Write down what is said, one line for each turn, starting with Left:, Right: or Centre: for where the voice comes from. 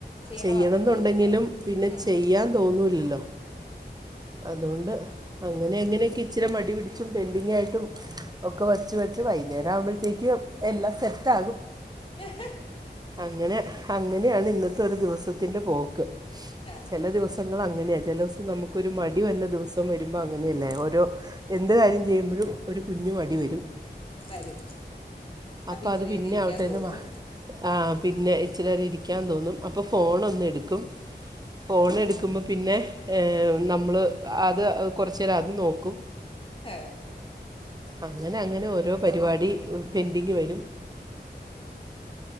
Left: ചെയ്യണ
Right: ചെയ്യണന്നുണ്ടെങ്കിലും
Left: വർക്കുകളിലൊക്കെ
Right: പിന്നെ
Left: ഉം
Right: ചെയ്യാൻ തോന്നൂല്ലല്ലോ. അതുകൊണ്ട് അങ്ങനെ എങ്ങനെയൊക്കെ ഇച്ചിരി മടി പിടിച്ചും പെൻഡിങ്ങായിട്ടും ഒക്കെ വച്ച് വെച്ച് വൈകുന്നേരം ആവുമ്പോഴത്തേക്കും എല്ലാം സെറ്റ് ആകും
Left: <unintelligible>
Right: അങ്ങനെ അങ്ങനെയാണ് ഇന്നത്തെ ദിവസത്തിന്റെ പോക്ക്
Left: ആ
Right: ഞങ്ങൾ അങ്ങനെയാണ് ചില ദിവസം നമുക്കൊരു മടി വന്ന ദിവസം വരുമ്പോൾ അങ്ങനെയല്ലേ ഓരോ എന്ത് കാര്യം ചെയ്യുമ്പോഴും ഒരു കുഞ്ഞു മടി വരും.
Left: വരും അപ്പം
Right: അപ്പൊ
Left: ഇച്ചിരി
Right: അത്
Left: നേരം
Right: പിന്നെ
Left: ഇരിക്കാൻ
Right: ആവട്ടെന്ന്
Left: തോന്നും
Right: ആഹ് പിന്നെ ഇച്ചിരി നേരം ഇരിക്കാൻ തോന്നും അപ്പൊ ഫോണ് ഒന്ന് എടുക്കും ഫോൺ എടുക്കുമ്പോൾ പിന്നെ ഹേ നമ്മള് അത് കുറച്ചു നേരം അത് നോക്കും
Left: <unintelligible>
Right: അങ്ങനെ അങ്ങനെ ഓരോ പരിപാടി പെൻഡിങ് വരും